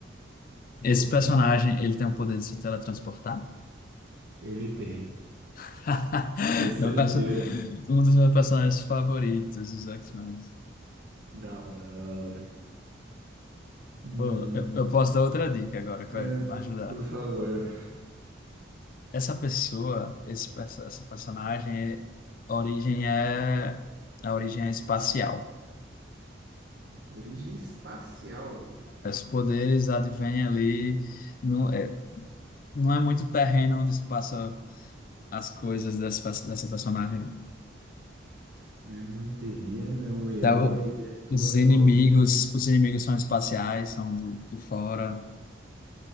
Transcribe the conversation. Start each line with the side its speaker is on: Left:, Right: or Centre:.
Left: esse
Right: Pode
Left: personagem,
Right: ir?
Left: ele tem o poder de se teletransportar.
Right: Ele tem.
Left: <laughs>
Right: Foi certeira.
Left: Meu perso- Um dos meus personagens favoritos dos X-Men.
Right: Da hora. Hum,
Left: Pô, eu, eu posso dar outra dica agora que
Right: é,
Left: vai ajudar.
Right: por favor.
Left: Essa pessoa, esse, perso- essa personagem, é- a origem é, a origem é espacial.
Right: Origem espacial.
Left: Os poderes advêm ali, não é, não é muito terreno onde se passa as coisas dessa, dessa personagem. né?
Right: Ele é muito terreno, é um herói,
Left: Então,
Right: ele atua
Left: os
Right: sozinho.
Left: inimigos, os inimigos são espaciais, são do, de fora.